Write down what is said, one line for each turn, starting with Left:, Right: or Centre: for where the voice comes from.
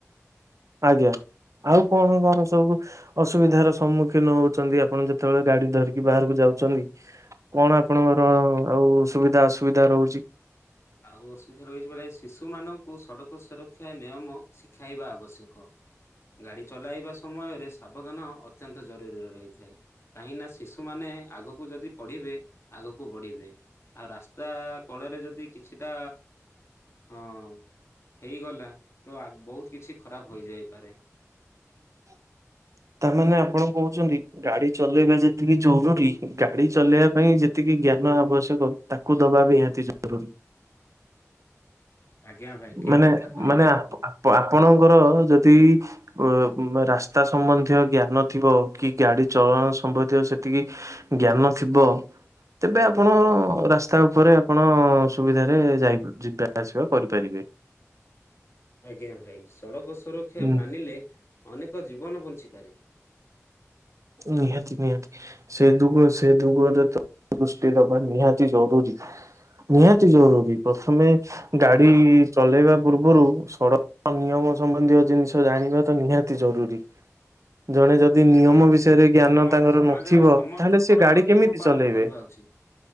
Right: ଆଜ୍ଞା। ଆଉ କଣ କଣ ସବୁ ଅସୁବିଧାର ସମ୍ମୁଖୀନ ହଉଛନ୍ତି ଆପଣ ଯେତେବେଳେ ଗାଡି ଧରିକି ବାହାରକୁ ଯାଉ। କଣ ଆପଣଙ୍କର ଆଉ ସୁବିଧା ଅସୁବିଧା ରହୁଛି।
Left: ଆଉ ଅସୁବିଧା ରହିଛି ଭଳି ଶିଶୁ ମାନଙ୍କୁ ସଡକ ସୁର ଶକ୍ଷା ନିୟମ ଶିଖାଇବା ଆବଶ୍ୟକ ଗାଡି ଚଲାଇବା। ସମୟରେ ସାବଧାନ ଅତ୍ୟନ୍ତ ଜରୁରୀରେ ରହିଥାଏ। କାହିଁକି ନା ଶିଶୁମାନେ ଆଗକୁ ଯଦି ପଢିବେ ଆଗକୁ ବଢିବେ। ଆଉ ରାସ୍ତା କଡ଼ରେ ଯଦି କିଛିଟା ହଁ ହେଇଗଲା ତ ବହୁତ କିଛି ଖରାପ ହୋଇଯାଇପାରେ।
Right: <inaudible> ତା ମାନେ ଆପଣ କହୁଛନ୍ତି ଗାଡି ଚଲେଇବା ଯେତିକି ଜରୁରୀ ଗାଡି ଚଲେଇବା ପାଇଁ ଯେତିକି ଜ୍ଞାନ ଆବଶ୍ୟକ ତାକୁ ଦବା ବି ନିହାତି ଜରୁରୀ।
Left: ଆଜ୍ଞା ଭାଇ ଠିକ୍
Right: ମାନେ
Left: କଥା କହିଲେ
Right: ମାନେ
Left: ଆପଣ।
Right: ଆପ ଆପଣଙ୍କର ଯଦି ଅ ମ୍ ରାସ୍ତା ସମ୍ବନ୍ଧୀୟ ଜ୍ଞାନ ଥିବ କି ଗାଡି ଚଳନ ସମ୍ବନ୍ଧୀୟ ସେତିକି ଜ୍ଞାନ ଥିବ। ତେବେ ଆପଣ ରାସ୍ତା ଉପରେ ଆପଣ ସୁବିଧାରେ ଯାଇ ଯିବା ଆସିବା କରିପାରିବେ। <inaudible>
Left: ଆଜ୍ଞା ଭାଇ ସଡ଼କ ସୁରକ୍ଷା
Right: ହୁଁ
Left: ମାନିଲେ ଅନେକ ଜୀବନ ବଞ୍ଚିପାରେ।
Right: ନିହାତି ନିହାତି ସେ ଦୁଗ ସେ ଦୁଗରେ ତ ଦୃଷ୍ଟି ଦବା ନିହାତି ଜରୁରି ନିହାତି ଜରୁରୀ ପ୍ରଥମେ ଗାଡି ଚଲେଇବା ପୂର୍ବରୁ ସଡ଼କ ନିୟମ ସମ୍ବନ୍ଧୀୟ ଜିନିଷ ଜାଣିବା ତ ନିହାତି ଜରୁରୀ ଜଣେ ଯଦି ନିୟମ
Left: ଆଜ୍ଞା ଭାଇ
Right: ବିଷୟ ଜ୍ଞାନ
Left: ସମ
Right: ତାଙ୍କର
Left: ସମାଜର
Right: ନଥିବ
Left: ସମସ୍ତ
Right: ତାହେଲେ ସେ
Left: ସଡ଼କ
Right: ଗାଡି
Left: ନିୟମ
Right: କେମିତି
Left: ପାଳନ
Right: ଚଲେଇବେ
Left: କରିବା ଉଚିତ।